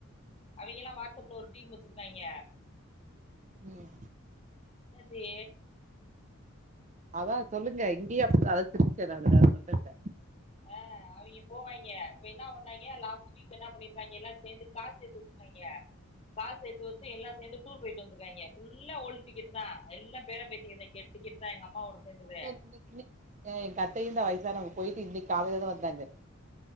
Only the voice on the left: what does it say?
அவிங்கல்லா வாட்ஸ்அப்ல ஒரு டீம் வச்சிருக்காய்ங்க
என்ன டி
அ அவிங்க போ வாய்ங்க இப்ப என்ன ஒன்னாங்கிய லாஸ்ட் வீக் என்ன பண்ணிருக்காய்ங்க எல்லாரு சேந்து காஸ் சேத்வச்சுருக்காயிங்க காஸ் சேத்துவச்சு எல்லார் சேந்து டூர் பொயிட்டு வந்துருக்காய்ங்க ஃப்புல்லா ஓல்டு டிக்கெட்டு தா எல்லா பேர பேத்தி தா கெட்டிக்கெட் தா எங்க அம்மாவோட சேந்தது